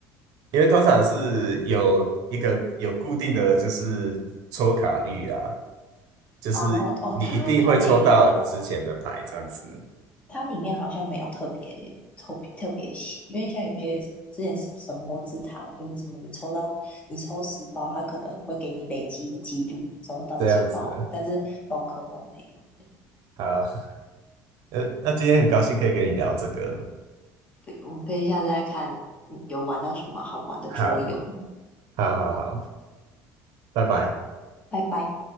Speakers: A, on the right; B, on the left.
A: 因为通常是有一个有固定的就是抽卡率啊，就是你一定会抽到之前的牌，
B: 哦哦，它它没有，
A: 这样子，
B: 它里面好像没有特别特别特别写，因为像有些什之前什什么摩之塔，就是什么你抽到你抽十包，它可能会给你累积一个几率抽到几包，
A: 这样子。
B: 但是宝可梦没有。
A: 好，呃，那今天很高兴可以跟你聊这个。
B: 对，我们可以下次再看，嗯有玩到什么好玩的桌游。
A: 好，好，好，好，拜拜。
B: 拜拜。